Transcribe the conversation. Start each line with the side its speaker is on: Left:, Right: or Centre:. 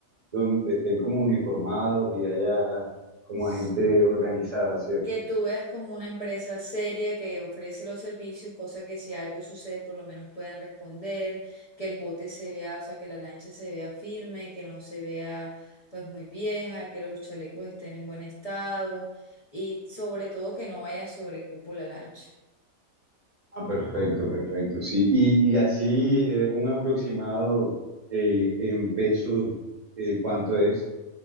Right: donde estén como uniformados y haya como
Left: Sí.
Right: gente organizada, ¿cierto?
Left: que tú veas como una empresa seria que ofrece los servicios, cosa que si algo sucede por lo menos puedan responder, que el bote se vea, o sea, que la lancha se vea firme, que no se vea pues muy vieja, que los chalecos estén en buen estado y sobre todo que no vaya sobre cupo la lancha.
Right: Ah, perfecto, perfecto, sí. Y, y así eh, un aproximado eh, en pesos, eh, ¿cuánto es?